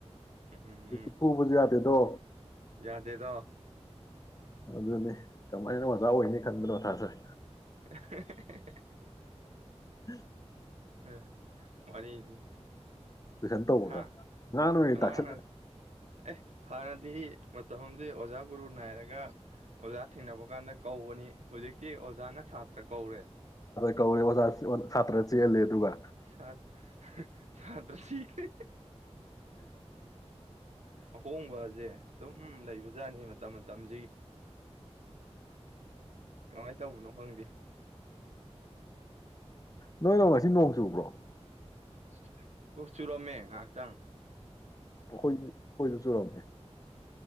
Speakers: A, on the right; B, on the left.
A: ꯎꯝ
B: ꯑ ꯐꯨꯕꯖ ꯌꯥ ꯗꯣ
A: ꯌꯥꯗꯦꯗꯣ
B: ꯑꯗꯨꯅꯤ ꯀꯃꯥꯏꯅ ꯑꯣꯖꯥ ꯑꯣꯏꯅꯤ ꯈꯟꯕꯅꯣ ꯇꯥꯖꯔꯦ
A: <unintelligible> <unintelligible>
B: ꯎꯝ
A: ꯑꯦ ꯋꯥꯔꯤꯗꯤ
B: ꯇꯨꯏꯁꯟ ꯇꯧꯕꯗ
A: ꯍꯥ
B: ꯑꯣꯏꯅ
A: ꯑꯉꯥꯡꯅ
B: ꯇꯥꯛꯁꯜꯂꯦ
A: ꯑꯦ ꯍꯥꯟꯅꯗꯤ ꯃꯇꯝꯗꯤ ꯑꯣꯖꯥ ꯒꯨꯔꯨ ꯅꯥꯏꯔꯒ ꯑꯣꯖꯥ ꯊꯦꯡꯅꯕ ꯀꯥꯟꯗ ꯀꯧꯕꯅꯤ ꯍꯧꯖꯤꯛꯇꯤ ꯑꯣꯖꯥꯅ ꯁꯥꯇ ꯄ꯭ꯔ ꯀꯧꯋꯦ
B: ꯀꯧ ꯍ ꯐꯠꯇꯔ ꯆꯦꯦꯜꯂꯦ ꯇꯧꯒ
A: ꯁꯥꯗ ꯁꯥꯗ꯭ꯔꯁꯤꯈ ꯑꯍꯣꯡꯕꯁꯦ ꯑꯗꯨꯝ ꯂꯩꯕꯖꯥꯠꯅꯤ ꯃꯇꯝ ꯃꯇꯝꯁꯤ ꯀꯃꯥꯏꯅ ꯇꯧꯕꯅꯣ ꯍꯪꯗꯦ
B: ꯅꯣꯏ ꯅ ꯉꯁꯤ ꯅꯣꯡ ꯆꯨꯕ꯭ꯔꯣ
A: <unintelligible> ꯄꯣ ꯆꯂꯣꯃꯦꯦ ꯉꯥꯛꯇꯪ
B: ꯑꯩꯈꯣꯏ ꯑꯩꯈꯣꯏꯗ ꯆꯨꯔꯝꯃꯦ